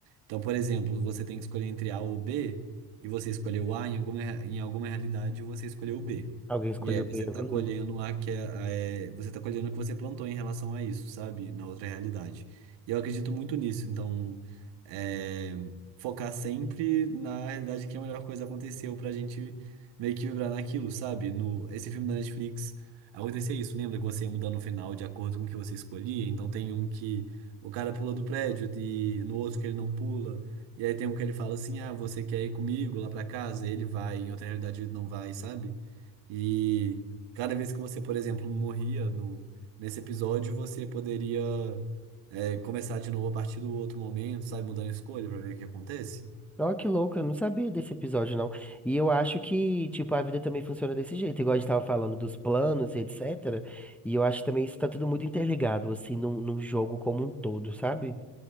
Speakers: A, on the right (about 75°); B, in the centre.
A: Então, por exemplo, você tem que escolher entre A ou B, e você escolheu A, em alguma, rea- em alguma realidade você escolheu B.
B: alguém escolheu
A: E aí
B: bem.
A: você tá
B: Uhum.
A: colhendo a que é, a- é- você tá colhendo o que você plantou em relação a isso, sabe? Na outra realidade. E eu acredito muito nisso, então é, focar sempre na realidade que a melhor coisa aconteceu pra gente meio que vibrar naquilo, sabe? No, esse filme da Netflix. Acontecia isso, lembra que você ia mudar no final de acordo com o que você escolhia? Então tem um que o cara pula do prédio e no outro que ele não pula. E aí tem um que ele fala assim: ah, você quer ir comigo lá pra casa? Ele vai, em outra realidade ele não vai, sabe? E cada vez que você, por exemplo, morria no, nesse episódio, você poderia é, começar de novo a partir do outro momento, sabe? Mudando a escolha pra ver o que acontece.
B: Ó, que louco, eu não sabia desse episódio, não. E eu acho que, tipo, a vida também funciona desse jeito, igual a gente tava falando dos planos e etc. E eu acho que também isso tá tudo muito interligado, assim, num, num jogo como um todo, sabe?